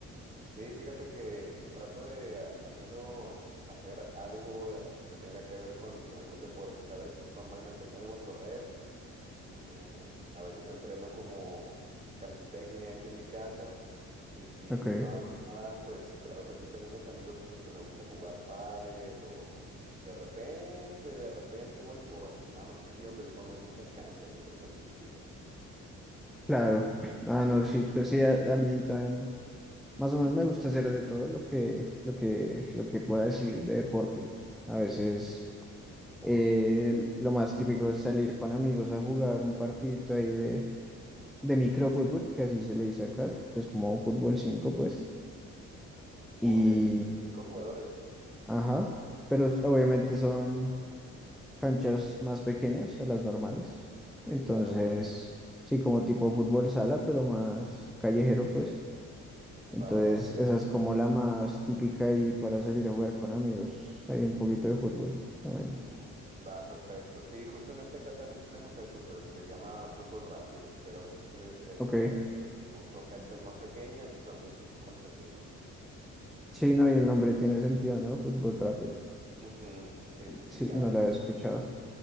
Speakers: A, on the right; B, in the centre.
A: Sí, fíjate que trato de a- al menos hacer algo eh, que tenga que ver con algún deporte, ¿sabes? Normalmente salgo a correr Eh, a veces entreno como calistecnia aquí en mi casa y si
B: Ok,
A: no hago nada, pues de repente tengo unos amigos con los que me gusta jugar pádel o de repente, de repente voleibol. Nada más que aquí donde vivo no hay muchas canchas, entonces es difícil.
B: claro. Ah, no, sí, pues sí, a, a mí también. Más o menos me gusta hacer de todo lo que, lo que, lo que pueda decir de deporte. A veces. Eh, lo más típico es salir con amigos a jugar un partidito ahí de, de microfútbol, que así se le dice acá, que es como fútbol cinco pues. Y,
A: No, de, de cinco jugadores.
B: ajá, pero
A: Ah,
B: s-
A: ok,
B: obviamente
A: claro.
B: son canchas más pequeñas a las normales. Entonces,
A: Sí, claro, claro.
B: sí, como tipo fútbol sala, pero más callejero, pues. Entonces,
A: Va, va, va, sí.
B: esa es como la más típica y para salir a jugar con amigos. Hay un poquito de fútbol también.
A: Mm, Va, perfecto. Sí, justamente acá también tenemos eso, pero se le llama fútbol rápido, pero es, es esencialmente
B: Ok.
A: lo mismo. Son canchas más pequeñas y son de 5 contra cinco
B: Sí, no, y el nombre tiene sentido, ¿no? Fútbol rápido.
A: Ujú, Sí, sí, sí,
B: Sí, no
A: a veces.
B: lo había escuchado.